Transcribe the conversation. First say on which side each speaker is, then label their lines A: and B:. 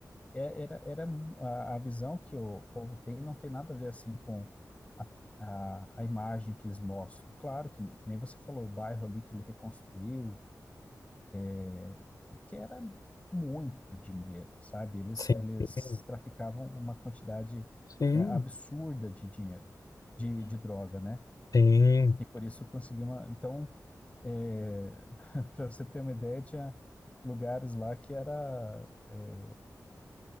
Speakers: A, on the left; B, on the left.
A: é- era, era a, a visão que o povo tem não tem nada a ver assim com a, a, a imagem que eles mostram. Claro que, que nem você falou, o bairro ali que ele reconstruiu, é, que era muito dinheiro, sabe? Eles,
B: Sim.
A: eles traficavam uma quantidade
B: Sim.
A: é, absurda de dinheiro, de, de droga, né?
B: Sim.
A: E por isso conseguiu uma. Então, é, <laughs> para você ter uma ideia, tinha lugares lá que era é,